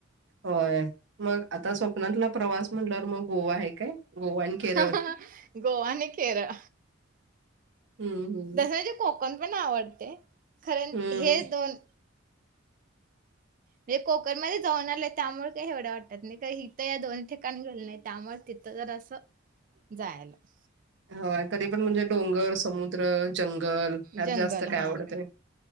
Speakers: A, on the right (about 65°); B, on the right (about 45°).
A: होय मग आता स्वप्नातला प्रवास म्हटल्यावर, मग गोवा आहे काय? गोवा आणि केरळ.
B: ह गोवा न केरळ.
A: हम्म हम्म.
B: तसंच कोक कण पण आवडतय. खरं
A: हम्म
B: हे दोन म्हणजे कोकणमध्ये जाऊन आलोय त्यामुळे काही एवढं वाटतात नाही का इिथं या दोन ठिकाणी गेल नाही त्यामुळे तिथं जर असं जायलोय.
A: होय तरी पण म्हणजे डोंगर, समुद्र, जंगल हयात
B: जंगल
A: जास्त काय
B: हा
A: आवडते?